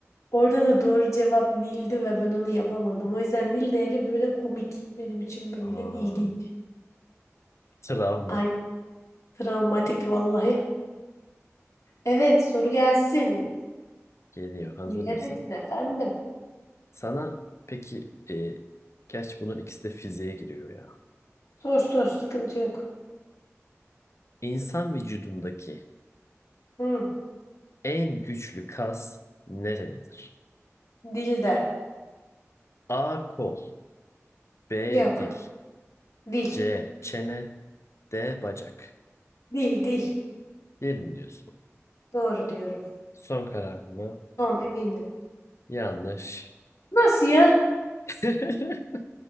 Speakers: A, on the left; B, on the left.
A: Orada da doğru cevap Nil'di ve ben onu yapamadım. O yüzden Nil değeri böyle komik. Benim için böyle
B: Aa,
A: ilginç.
B: travma
A: Ay travmatik vallahi. Evet soru gelsin.
B: geliyor. Hazır
A: Bilemedin
B: mısın?
A: efendim.
B: Sana peki e, gerçi bunun ikisi de fiziğe giriyor ya.
A: Sor sor sıkıntı yok.
B: İnsan vücudundaki
A: Hı,
B: en güçlü kas nerededir?
A: dilde.
B: A kol, B
A: Yok.
B: dil,
A: Dil.
B: C çene, D bacak.
A: Dil dil.
B: Değil mi diyorsun?
A: Doğru diyorum.
B: Son karar mı?
A: Son eminim.
B: Yanlış.
A: Nasıl ya?
B: <laughs>